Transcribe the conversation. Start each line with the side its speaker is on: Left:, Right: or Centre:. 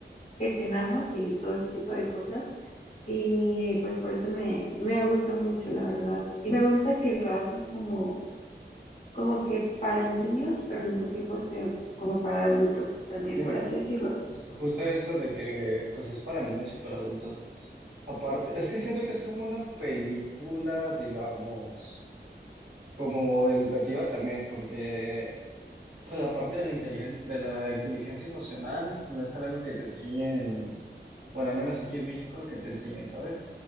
Left: gestionamos y todo ese tipo de cosas. Y pues por eso me, me gustó mucho, la verdad. Y me gusta que lo hacen como como que para niños, pero al mismo tiempo es que como para adultos también,
Right: Sí,
Left: por
Right: ju-
Left: así decirlo.
Right: justo eso de que pues es para niños y para adultos. Aparte, es que siento que es como una película, digamos, como educativa también, porque pues la parte de la inteligencia, de la inteligencia emocional no es algo que te enseñen, bueno, al menos aquí en México que te enseñen, ¿sabes?